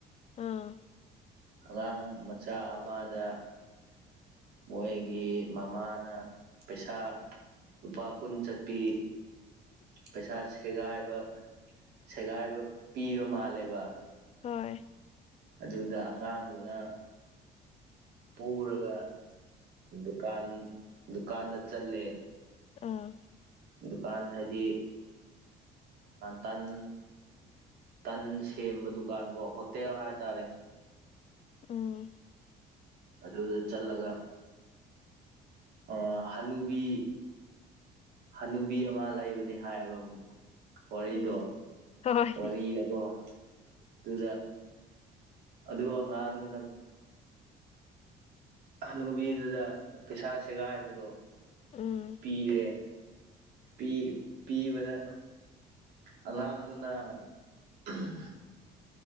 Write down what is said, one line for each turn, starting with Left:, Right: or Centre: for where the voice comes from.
Left: ꯎꯝ
Right: ꯑꯉꯥꯡ ꯃꯆꯥ ꯑꯃꯥꯗ ꯃꯣꯏꯒꯤ ꯃꯃꯥꯅ ꯄꯩꯁꯥ ꯂꯨꯄꯥ ꯀꯨꯟ ꯆꯠꯄꯤ ꯄꯩꯁꯥ ꯁꯦꯒꯥꯏꯕ ꯁꯦꯒꯥꯏꯕ ꯄꯤꯕ ꯃꯥꯜꯂꯦꯕ
Left: ꯍꯣꯏ
Right: ꯑꯗꯨꯗ ꯑꯉꯥꯡꯗꯨꯅ ꯄꯨꯔꯒ ꯗꯨꯀꯥꯟ ꯗꯨꯀꯥꯟꯗ ꯆꯠꯂꯦ
Left: ꯎꯝ
Right: ꯗꯨꯀꯥꯟ ꯍꯥꯏꯗꯤ ꯇꯥꯟ ꯇꯟ ꯁꯦꯝꯕ ꯗꯨꯀꯥꯟ ꯀꯣ ꯍꯣꯇꯦꯜ ꯍꯥꯏꯇꯥꯔꯦ
Left: ꯎꯝ
Right: ꯑꯗꯨꯗ ꯆꯠꯂꯒ ꯑꯥ ꯍꯅꯨꯕꯤ ꯍꯅꯨꯕꯤ ꯑꯃꯥ ꯂꯩꯕꯅꯦ ꯍꯥꯏꯌꯦꯕ ꯋꯥꯔꯤꯗꯣ
Left: ꯎꯝ ꯍꯣꯏ
Right: ꯋꯥꯔꯤꯗꯀꯣ ꯑꯗꯨꯗ ꯑꯗꯨ ꯑꯉꯥꯡꯗꯨꯅ ꯍꯥꯅꯨꯕꯤꯗꯨꯗ ꯄꯩꯁꯥ ꯁꯦꯒꯥꯏꯕꯗꯣ
Left: ꯎꯝ
Right: ꯄꯤꯔꯦ ꯄꯤ ꯄꯤꯕꯗꯥ ꯑꯉꯥꯡꯗꯨꯅ <unintelligible>